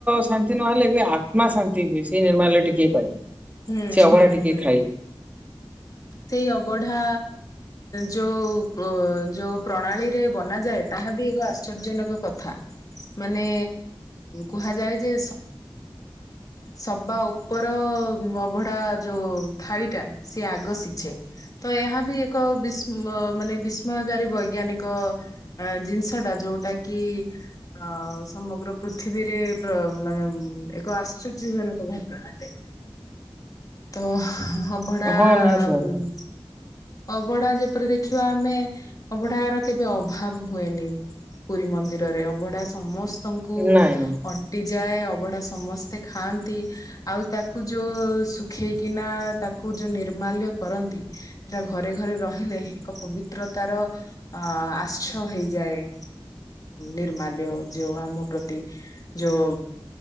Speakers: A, on the right; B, on the left.
A: ଶାନ୍ତି ନହେଲେ ଏବେ ଆତ୍ମା ଶାନ୍ତି ହୁଏ ସେଇ ନିର୍ମାଣରେ ଟିକେଏ ପାଇ
B: ହୁଁ
A: ସେ ଅଭଡ଼ା
B: ହୁଁ
A: ଟିକେ
B: ହୁଁ
A: ଖାଇ
B: ସେଇ ଅବଢା ଯୋଉ ଯୋଉ ପ୍ରଣାଳୀରେ ବନାଯାଏ ତାହା ବି ଏକ ଆଶ୍ଚର୍ଜନକ କଥା ମାନେ କୁହାଯାଏ। ଯେ ସବା ଉପର ଅବଢା ଯୋଉ ଥାଳିଟା ସେି ଆଗ ସିଧ ତ ଏହା ବି ଏକ ବି ମାନେ ବିସ୍ମୟକାରୀ ବୈଜ୍ଞାନିକ ଜିନିଷ ଟା ଯୋଉଟା କି ଅ ସମଗ୍ର ପୃଥିବୀରେ ମାନେ ଏକ ଆଶ୍ଚର୍ଯ୍ୟ ଜନକ ଘାତ୍ର ଘଟେ ତ ହଁ ଭଡ଼ା
A: ହଁ ନିହାତି ଭାବରେ
B: ହୁଁ ଅବଢା ଯେପରି ଦେଖିବା ଆମେ ଅବଢାର କେବେ ଅଭାବ ହୁଏନି। ପୁରୀ ମନ୍ଦିରରେ ଅବଢା ସମସ୍ତ ଙ୍କୁ
A: ନାଇଁ ନାଇଁ
B: ଅଣ୍ଟି ଯାଏ ଅଭଢା ସମସ୍ତେ ଖାଆନ୍ତି ଆଉ ତାକୁ ପୂ ଯଉ ଶୁଖେଇ କିନା ତାକୁ ଯେଉଁ ନିର୍ମାଲ୍ୟ ପରନ୍ତୁ ତା ଘରେ ଘରେ ରହିଲେ ଏକ ପବିତ୍ର ପିତ୍ରତାର ଆଶ୍ଛ ହେଇଯାଏ ନିର୍ମାଲ୍ୟ ଯୋଉ ଆମ ପ୍ରତି ଯୋଉ